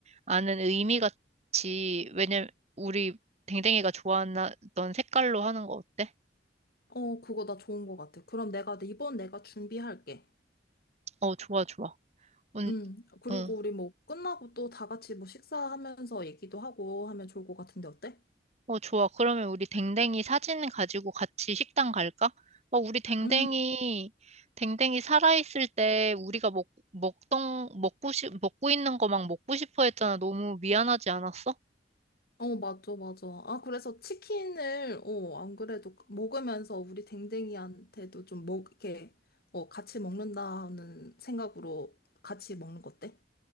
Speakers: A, on the right (about 35°); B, on the left (about 55°).
A: 아는 의미 같이, 왜냐면 우리 댕댕이가 좋아하던 색깔로 하는 거 어때?
B: 어, 그거 나 좋은 것 같아. 그럼 내가, 이번 내가 준비할게.
A: 어, 좋아, 좋아. 언,
B: 응, 그리고
A: 어.
B: 우리 뭐 끝나고 또 다 같이 뭐 식사하면서 얘기도 하고 하면 좋을 것 같은데 어때?
A: 어, 좋아. 그러면 우리 댕댕이 사진 가지고 같이 식당 갈까? 어, 우리 댕댕이,
B: 음,
A: 댕댕이 살아있을 때 우리가 먹, 먹던, 먹고 싶, 먹고 있는 거 막 먹고 싶어 했잖아. 너무 미안하지 않았어?
B: 어, 맞아, 맞아. 아, 그래서 치킨을, 어, 안 그래도 먹으면서 우리 댕댕이한테도 좀 먹, 이렇게, 어, 같이 먹는다는 생각으로 같이 먹는 거 어때?